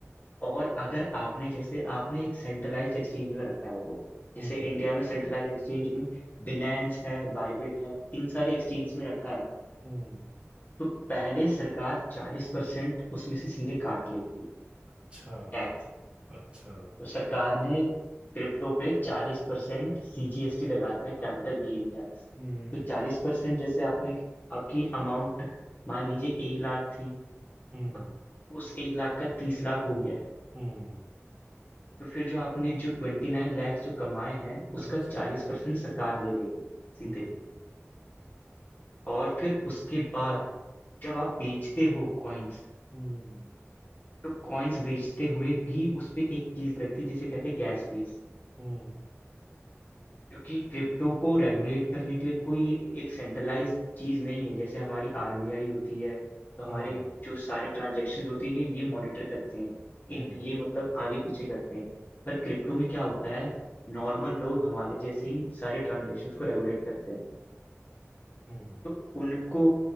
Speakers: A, on the left (about 35°); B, on the right (about 25°).
A: और अगर आपने जैसे आपने एक सेंट्रलाइज्ड एक्सचेंज में रखा है वो जैसे
B: हम्म
A: इंडिया में सेंट्रलाइज्ड एक्सचेंज में बिनेंस है बाइबिट है इन सारे एक्सचेंज में रखा है
B: हम्म
A: तो पहले सरकार चालीस परसेंट उसमें से सीधे काट लेगी
B: अच्छा
A: टैक्स
B: अच्छा
A: तो सरकार ने क्रिप्टो पे चालीस परसेंट सीजीएसटी लगा रखा है कैपिटल गेन टैक्स
B: हम्म
A: तो चालीस परसेंट जैसे आपने आपकी अमाउंट मान लीजिए एक लाख थी
B: हम्म
A: और उस एक लाख का तीस लाख हो गया है
B: हम्म
A: तो फिर जो आपने जो ट्वेंटी नाइन लैक्स जो कमाए हैं उसका
B: अच्छा
A: चालीस परसेंट सरकार ले लेगी सीधे
B: हम्म
A: और फिर उसके बाद जब आप बेचते हो कॉइन्स,
B: हम्म
A: तो कॉइन्स बेचते हुए भी उस पे एक चीज लगती है जिसे कहते हैं गैस फीस
B: हम्म
A: क्योंकि क्रिप्टो को रेगुलेट करने के लिए कोई एक सेंट्रलाइज चीज नहीं है जैसे हमारी आरबीआई होती है तो हमारे
B: हाँ
A: जो सारे ट्रांजेक्शन होती है ये मॉनिटर करते हैं
B: हम्म
A: इन ये मतलब आगे पीछे करते हैं पर क्रिप्टो में क्या होता है नॉर्मल लोग हमारे जैसे ही सारे ट्रांजेक्शन को रेगुलेट करते हैं
B: हम्म हम्म।
A: तो उनको